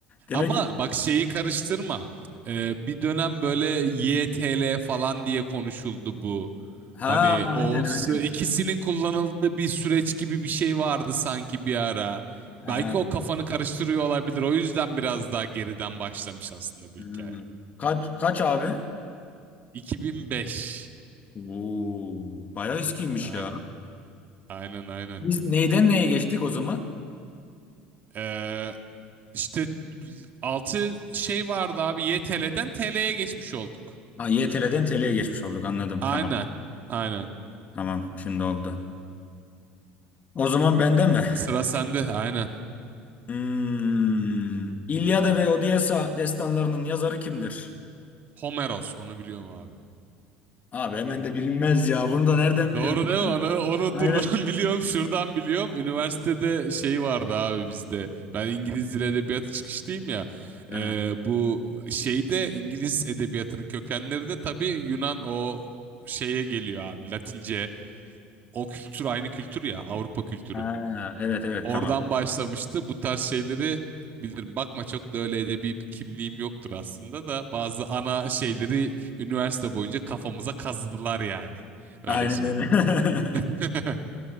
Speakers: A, on the left; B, on the right.
A: Demek
B: Ama
A: ki
B: bak şeyi karıştırma. Ee, bir dönem böyle YTL falan diye konuşuldu bu.
A: ha
B: Hani o
A: aynen aynen.
B: s- ikisinin kullanıldığı bir süreç gibi bir şey vardı sanki bir ara.
A: Ha,
B: Belki o kafanı karıştırıyor olabilir. O yüzden biraz daha geriden başlamış aslında bu
A: ha.
B: hikaye.
A: Kaç kaç abi?
B: 2005.
A: Oo, bayağı eskiymiş
B: Aynen.
A: ya.
B: Aynen aynen.
A: Biz neyden neye geçtik o zaman?
B: Ee, işte 6 şey vardı abi. Y YTL'den TL'ye geçmiş olduk.
A: Ha, YTL'den TL'ye geçmiş olduk anladım
B: Aynen.
A: tamam.
B: Aynen.
A: Tamam şimdi oldu. O zaman bende mi?
B: Sıra sende. Aynen.
A: Hmm. İlyada ve Odysseia destanlarının yazarı kimdir?
B: Homeros onu biliyorum abi.
A: Abi hemen de bilinmez ya. Bunu da nereden
B: Doğru
A: biliyorsun?
B: değil mi? Onu, onu
A: Aynen.
B: dur ben <laughs> biliyorum. Şuradan biliyorum. Üniversitede şey vardı abi bizde. Ben İngiliz Dili Edebiyatı çıkışlıyım ya.
A: Ha.
B: Ee, bu şeyde İngiliz edebiyatının kökenleri de tabii Yunan o şeye geliyor abi. Latince. o kültür aynı kültür ya Avrupa kültürü.
A: Ha, evet evet
B: Oradan
A: tamam.
B: başlamıştı bu tarz şeyleri bilirim. Bakma çok da öyle edebi bir kimliğim yoktur aslında da bazı ana şeyleri üniversite boyunca kafamıza kazıdılar yani. Öyle
A: Aynen
B: söyleyeyim.
A: öyle. <laughs>
B: <laughs>